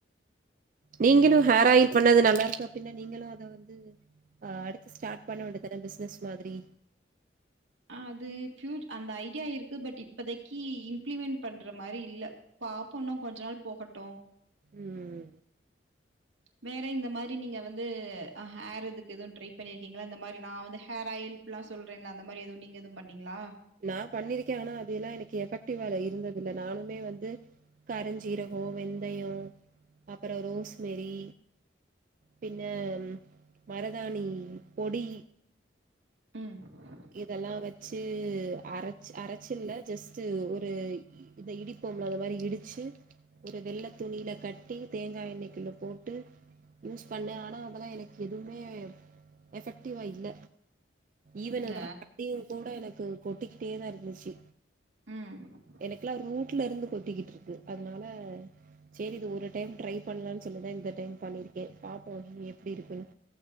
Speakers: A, on the right (about 45°); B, on the right (about 85°).
A: நீங்களு ஹேர் ஆயில் பண்ணது நல்லா இருக்கு பின்ன நீங்களு அத வந்து அடுத்து ஸ்டார்ட் பண்ண வேண்டியதான பிசினஸ் மாதிரி
B: அது ஃப்யூ அந்த ஐடியா இருக்கு பட் இப்பதைக்கு இம்ப்ளிமெண்ட் பண்ற மாரி இல்ல பாப்போ இன்னு கொஞ்ச நாள் போகட்டு
A: ம்
B: வேற இந்த மாரி நீங்க வந்து ஹேர் இதுக்கு எது ட்ரை பண்ணியிருக்கீங்களா இந்த மாரி நா வந்து ஹேர் ஆயில் அப்பிலா சொல்றேன்ல்ல அந்த மாரி எது நீங்க எது பண்ணீங்களா
A: நா பண்ணிருக்கே ஆனா அது எல்லா எனக்கு எஃபெக்டிவா இல்ல இருந்தது இல்ல நானுமே வந்து கரஞ்சீரகோ வெந்தயோ அப்பறோ ரோஸ்மெரி பின்ன மருதானி பொடி
B: ம்
A: இதெல்லா வெச்சு அரச் அரச்சுல்ல ஜஸ்ட்டு ஒரு இ இத இடிப்போம்ல அந்த மாரி இடிச்சு ஒரு வெள்ள துணில கட்டி தேங்கா எண்ணெய்குள்ள போட்டு யூஸ் பண்ணே ஆனா அதெல்லா எனக்கு எதுமே எஃபெக்டிவா இல்ல ஈவன்
B: இல்ல.
A: முடியு கூட எனக்கு கொட்டிக்கிட்டே தா இருந்துச்சு
B: ம்.
A: எனக்கெலா ரூட்ல இருந்து கொட்டிக்கிட்டு இருக்கு அதுனால சேரி இது ஒரு டைம் ட்ரை பண்லான் சொல்லிதா இந்த டைம் பண்ணிருக்கே பாப்போ எப்டி இருக்குன்னு